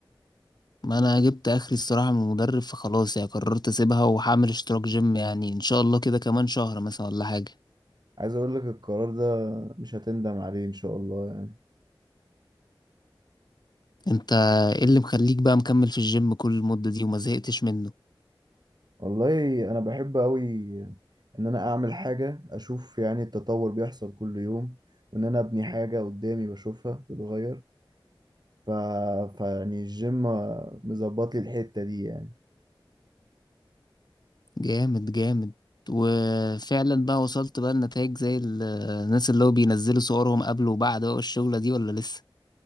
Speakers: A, on the left; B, on the right.
A: ما انا جبت اخري الصراحه من المدرب فخلاص يعني قررت اسيبها وهعمل اشتراك جيم يعني ان شاء الله كده كمان شهر مثلا ولا حاجه
B: عايز اقول لك القرار ده مش هتندم عليه ان شاء الله يعني
A: انت ايه اللي مخليك بقى مكمل في الجيم كل المده دي وما زهقتش منه
B: والله انا بحب قوي ان انا اعمل حاجة اشوف يعني التطور بيحصل كل يوم وان انا ابني حاجة قدامي بشوفها تتغير ف... فيعني الجيم مظبط لي الحتة دي يعني
A: جامد جامد وفعلا بقى وصلت بقى النتائج زي ال- الناس اللي هو بينزلوا صورهم قبل وبعد بقى الشغله دي ولا لسه